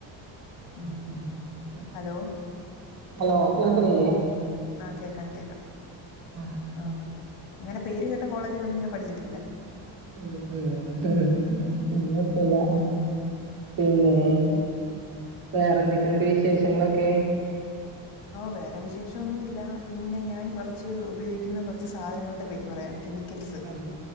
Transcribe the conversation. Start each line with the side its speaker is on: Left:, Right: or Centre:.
Right: ആ
Left: ഉം,
Right: ആ ശരി
Left: ഹലോ,
Right: ഹലോ കേൾക്കണില്ലേ
Left: ആ. ആ, കേക്കാം, കേക്കാം.
Right: ആ.
Left: ആ, അങ്ങനെ പേര് കേട്ട കോളേജിലൊന്നും ഞാൻ പഠിച്ചിട്ടില്ല.
Right: ഉം, ഉം.
Left: ആ
Right: പിന്നേ എത്തുല്ല പിന്നെ
Left: പിന്നെ
Right: വേറെ എന്തൊക്കെ ന്നിട്ട് വിശേഷങ്ങളൊക്കെ?
Left: വേറെ വിശേഷംന്നുമില്ല. പിന്നെ ഞാൻ കുറച്ച് ഉപയോഗിക്കുന്ന കുറച്ച് സാധനങ്ങളുടെ പേര് പറയാം കെ മിക്കൽ സ്
Right: ആഹ്